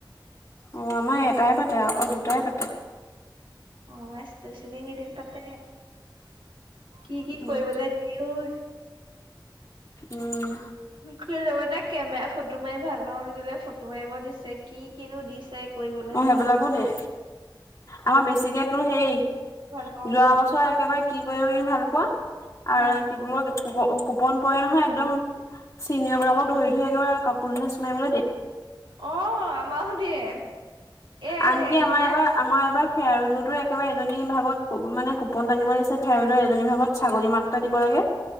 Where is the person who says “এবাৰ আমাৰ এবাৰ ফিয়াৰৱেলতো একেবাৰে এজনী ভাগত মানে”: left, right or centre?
Left